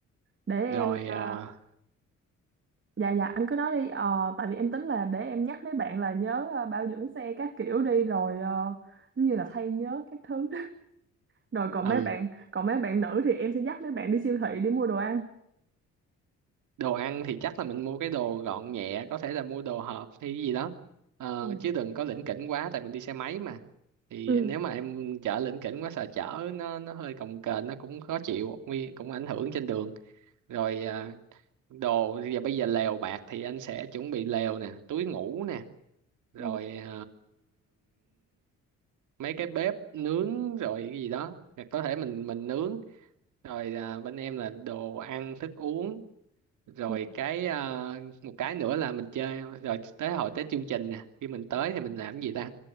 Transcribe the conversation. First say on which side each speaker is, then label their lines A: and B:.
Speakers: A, on the right; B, on the right.
A: để em
B: rồi
A: ờ,
B: à,
A: dạ dạ anh cứ nói đi Ờ, tại vì em tính là để em nhắc mấy bạn là nhớ ờ, bảo dưỡng xe các kiểu đi rồi ờ, như là thay nhớ các thứ Rồi
B: ừ
A: còn mấy bạn, còn mấy bạn nữ thì em sẽ dắt mấy bạn đi siêu thị đi mua đồ ăn.
B: đồ ăn thì chắc là mình mua cái đồ gọn nhẹ có thể là mua đồ hộp hay cái gì đó Ờ,
A: ừ
B: chứ đừng có lỉnh kỉnh quá tại mình đi xe máy mà thì
A: ừ
B: nếu mà em chở lỉnh kỉnh quá sợ chở nó nó hơi cồng kềnh nó cũng khó chịu nguy cũng ảnh hưởng trên đường rồi à, đồ thì giờ bây giờ lều bạt thì anh sẽ chuẩn bị lều nè túi ngủ nè rồi
A: ừ
B: à, mấy cái bếp nướng rồi cái gì đó có thể mình mình nướng rồi à, bên em là đồ ăn thức uống rồi
A: ừ.
B: cái ờ, một cái nữa là mình chơi rồi tới hồi tới chương trình nè khi mình tới thì mình làm cái gì ta